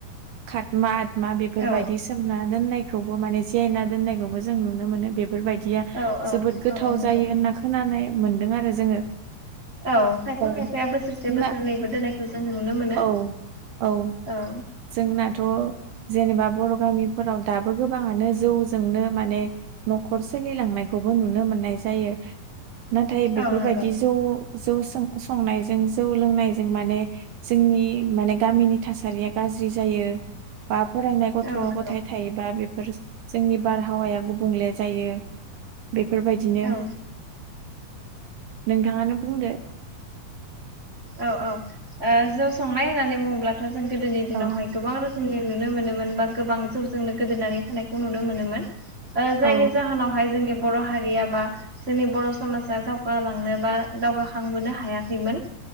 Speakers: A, on the right; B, on the right.
A: खातमा मा बेफोरबायदि
B: औ
A: सोमना दोननायखौबो माने जेना दोननायखौबो जों नुनो मोनो बे बेफोरबायदिया
B: औ औ
A: जोबोद गोथाव
B: औ नंगौ
A: जायो होनना खोनानाय मोनदों आरो जोङो।
B: औ खायफा
A: ओ
B: खायफाया बोसोर से
A: जोंना
B: बोसोरनैबो दोननायखौ जों नुनो मोनो
A: औ औ
B: औ।
A: जोंनाथ' जेनेबा बर' गामिफोराव दाबो गोबाङानो जौजोंनो माने न'खर सोलिलांनायखौबो नुनो मोननाय जायो। नाथाय बेफोरबायदि
B: औ नंगौ
A: जौ जौ संनाय जों जौ लोंनायजों माने जोंनि माने गामिनि थासारिया गाज्रि जायो। बा फरायनाय गथ'
B: औ नंगौ
A: गथाय थायोबा बेफोर जोंनि बारहावाया गुबुंले जायो। बेफोरबायदिनो
B: औ
A: नोंथाङानो बुंदो।
B: औ औ। जौ संनाय होननानै बुङोब्लाथ' जों गोदोनि दिनावहाय
A: औ
B: गोबां रो खोम नुनो मोनोमोन बा गोबां जौजोंनो गोदोनानै थानायखौ नुनो मोनोमोन। जायनि
A: औ
B: जाहोनावहाय जोंनि बर' हारिया बा जोंनि बर' समाजा दावगालांनो बा दावगाखांबोनो हायाखैमोन।